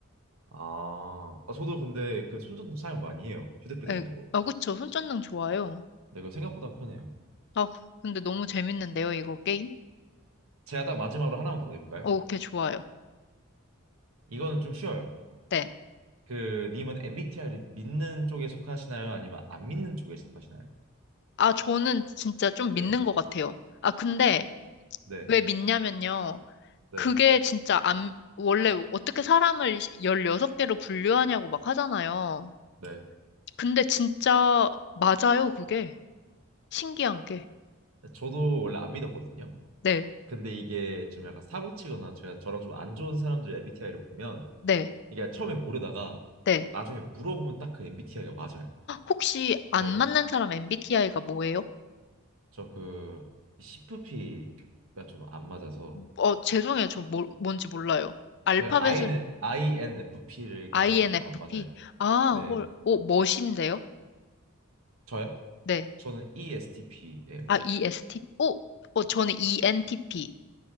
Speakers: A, on the right; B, on the left.
A: 아, 아, 저도 근데 그 손전등 사용 많이 해요. 휴대폰에
B: 네,
A: 있는 거.
B: 아, 그쵸. 손전등 좋아요.
A: 근데 그거 생각보다 편해요.
B: 아, 근데 너무 재밌는데요, 이거 게임?
A: 제가 딱 마지막으로 하나만 더 내볼까요?
B: 어, 오케이, 좋아요.
A: 이거는 좀 쉬워요.
B: 네.
A: 그 님은 MBTI를 믿는 쪽에 속하시나요? 아니면 안 믿는 쪽에 속하시나요?
B: 아, 저는 진짜 좀
A: 네,
B: 믿는 것 같아요. 아, 근데
A: 네,
B: 왜 믿냐면요.
A: 네,
B: 그게 진짜 안, 원래 어떻게 사람을 16개로 분류하냐고 막 하잖아요.
A: 네.
B: 근데 진짜 맞아요, 그게. 신기한 게.
A: 저도 원래 안 믿었거든요.
B: 네,
A: 근데 이게 좀 약간 사고치거나 제가 저랑 좀 안 좋은 사람들 MBTI를 보면
B: 네,
A: 이게 처음에 모르다가
B: 네.
A: 나중에 물어보면 딱 그 MBTI가 맞아요.
B: 혹시 안
A: 네,
B: 맞는 사람 MBTI가 뭐예요?
A: 저그 CFP가 좀 안 맞아서
B: 어, 죄송해요. 저 뭐, 뭔지 몰라요. 알파벳은
A: 그 IN, INFP가
B: INFP.
A: 좀 안 맞아요.
B: 아,
A: 네,
B: 헐. 오, 멋인데요?
A: 저요?
B: 네.
A: 저는 ESTP예요.
B: 아, ESTP. 오, 어, 저는 ENTP.